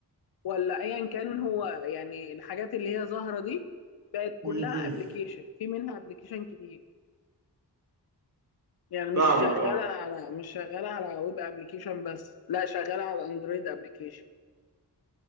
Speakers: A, on the left (about 70°); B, on the right (about 45°).
A: ولا ايا كان هو يعني الحاجات اللي هي ظاهره دي بقت كلها
B: امم
A: ابلكيشن في منها ابلكيشن كتير يعني مش
B: فاهمك
A: شغاله
B: اه
A: على مش شغاله على ويب ابلكيشن بس لا شغاله على اندرويد ابلكيشن